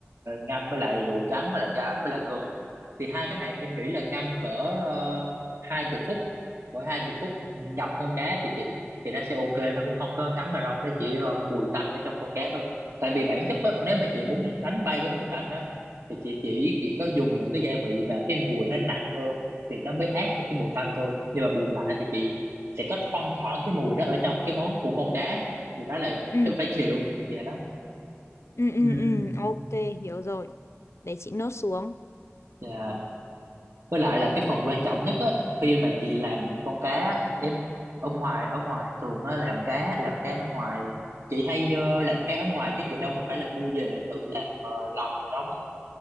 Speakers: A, on the right; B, on the left.
A: ngâm với lại rượu trắng với lại da với lại gừng thì hai cái này em nghĩ là ngâm cỡ uh, hai chục phút cỡ hai chục phút ngập con cá thì chị thì nó sẽ ok nó cũng không có ngấm vào đâu nó chỉ ờ, mùi tanh ở trong con cá thôi tại vì bản chất á nếu mà chị muốn đánh bay cái mùi tanh á thì chị chỉ chỉ có dùng những cái gia vị mà cái mùi nó nặng hơn thì nó mới át được cái mùi tanh thôi nhưng mà bù lại thì chị sẽ có thoang thoảng cái mùi đó ở trong cái món của con cá thì đó là
B: Ừ,
A: cái phải chịu vậy đó
B: ừ, ừ,
A: Ừm,
B: ừ, ok, hiểu rồi. Để chị nốt xuống.
A: dạ. với lại là cái phần quan trọng nhất á khi mà chị làm con cá á, em ở ngoài ở ngoài thường á làm cá làm cá ở ngoài chị hay ờ, làm cá ở ngoài chứ chị đâu có phải là mua về tự làm ờ, lòng rồi đâu